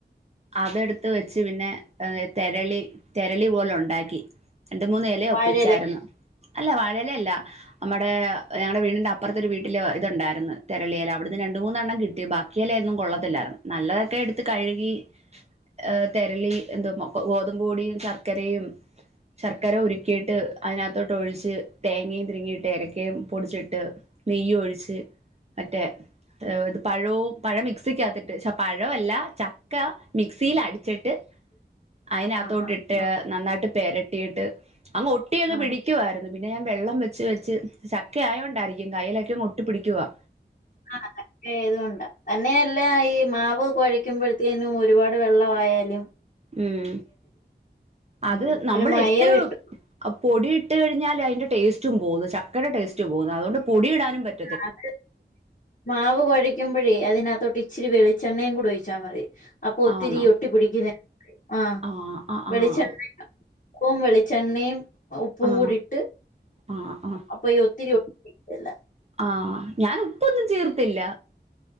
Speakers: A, on the right; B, on the left.
A: അതെടുത്ത് വെച്ച് പിന്നെ തെരളി തെരളി പോല ഉണ്ടാക്കി രണ്ട മൂന്നേല
B: വാഴയിലൊക്കെ
A: ഒപ്പിച്ചായിരുന്നു അല്ല വഴല അല്ല നമ്മടെ ഞങ്ങളടെ വീടിന്റെ അപ്പുറത്ത ഒരു വീട്ടില് ഇത്ണ്ടായിരുന്നു തെരളീൽ അവിടു രണ്ട മൂന്നെണ്ണം കിട്ടി ബാക്കിയല്ലോയിന്നും കൊള്ളത്തില്ലായിരുന്നു നല്ലതൊക്കെ എടുത്ത് കഴുകി ഏർ തെരളി എന്തോ മ ഗോതുമ പൂടിയും ശർക്കരയും ശർക്കര ഉരുക്കിയിട്ട് അതിനകത്തോട്ട് ഒഴിച്ച് തേങ്ങയും തിരിങ്ങിയിട്ട് ഇരക്കയും പൊടിച്ചിട്ട് നെയ്യും ഒഴിച്ച് മറ്റേ ഇത് പഴവും പഴ മിക്സിക്കകത്തിട്ട് പ പഴമല്ല ചക്ക മിക്സിയിൽ അടിച്ചിട്ട് അതിനകത്തോട്ടിട്ട്
B: ആഹ് ആഹ് ആഹ്
A: നന്നായിട്ട് പേരട്ടിയിട്ട് അങ്ങ് ഒട്ടി അങ്ങ്
B: ആഹ്
A: പിടിക്കുായിരുന്നു പിന്നെ ഞാൻ വെള്ളം വെച്ച് വെച്ച് ചക്കയ കൊണ്ടായിരിക്കും കയ്യിലൊക്കെ ഒട്ടി പിടിക്കുവാ
B: ആ ത ഏതൊണ്ട തന്നെയല്ല ഈ മാവ് കുഴക്കുമ്പോഴത്തേേനും ഒരുപാട് വെള്ള ആമായാലും
A: ഉം അത്
B: ഉം.
A: നമ്മൾ
B: ഒരു മയ
A: എത്ര
B: വിട്ടു
A: പൊടി തട്ട് കഴിാ അതിൻന്റെ ടേസ്റ്റ പോുന്നു ചക്കയുടെ ടേസ്റ്റ പോക അതുകൊ പൊടി ഇടാനും പറ്റും
B: ആ മാവ് കഴിക്കുമ്പോഴേ അതിനകത്തോട്ട് ഇച്ചിരി വെളിച്ചെണ്ണയും കൂടി ഒഴിച്ചാ മതി അപ്പൊ ഒത്തിരി
A: ആണോ
B: ഒട്ടി പിിടിക്കുന്ന ആഹ
A: ആ ആ ആ
B: വെളിച്ചെണ്ണയും ഉപ്പവും വെളിച്ചെണ്ണയും ഉപ്പും
A: ആ
B: കൂടിട്ട്
A: ആ ആ
B: അപ്പൊ ഒത്തിരി ഒല്ല
A: ആഹ ഞൻ ഉപ്പൊന്നും ചീർത്തില്ല